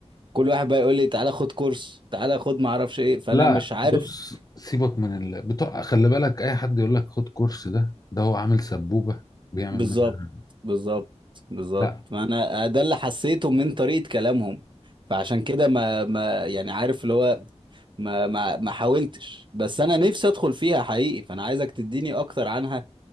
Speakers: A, on the right; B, on the left.
A: كل واحد بقى يقول لي تعالى خد كورس تعالى خد ما اعرفش ايه فانا
B: لا
A: مش عارف
B: بص سيبك من ال... بتوع خلي بالك اي حد يقول لك خد كورس ده ده هو عامل سبوبة بيعمل
A: بالظبط
B: منها
A: بالظبط بالظبط
B: لا
A: ما انا آه، ده اللي حسيته من طريقة كلامهم فعشان كده ما ما يعني عارف اللي هو ما ما ما حاولتش بس انا نفسي ادخل فيها حقيقي فانا عايزك تديني اكتر عنها